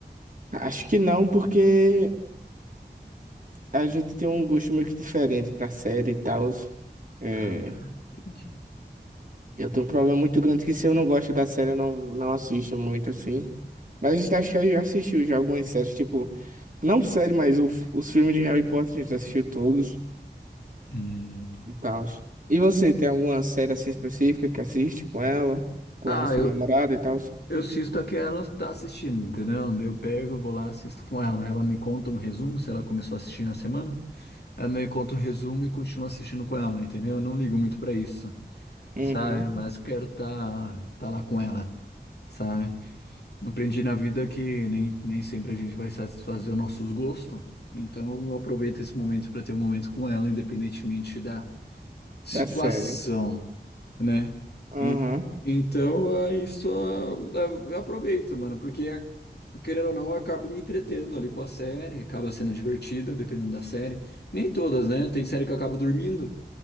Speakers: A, on the right; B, on the left.
A: acho que não, porque a gente tem um gosto meio que diferente pra série e tal. É,
B: Ah, entendi.
A: eu tenho um problema muito grande que se eu não gosto da série, eu não, não assisto muito assim. Mas a gente acho que eu já assistiu já algumas séries, tipo, não série, mas o- os filmes de Harry Potter a gente assistiu todos.
B: Hum.
A: e tal. E você tem alguma série assim específica que assiste com ela, com
B: Ah,
A: a sua
B: eu,
A: namorada e tal?
B: eu assisto a que ela tá assistindo, entendeu? Daí eu pego, vou lá, assisto com ela. Ela me conta um resumo se ela começou a assistir na semana. Ela me conta um resumo e continua assistindo com ela, entendeu? Eu não ligo muito pra isso,
A: Uhum,
B: sabe? Mas quero tá, tá lá com ela, sabe? Aprendi na vida que nem, nem sempre a gente vai satisfazer os nossos gostos. Então eu aproveito esse momento pra ter um momento com ela, independentemente da situação
A: da série.
B: né?
A: Aham,
B: E, então, é isso eu eu aproveito, mano, porque querendo ou não, eu acabo me entretendo ali com a série, acaba sendo divertida, dependendo da série. Nem todas, né? Tem série que eu acabo dormindo,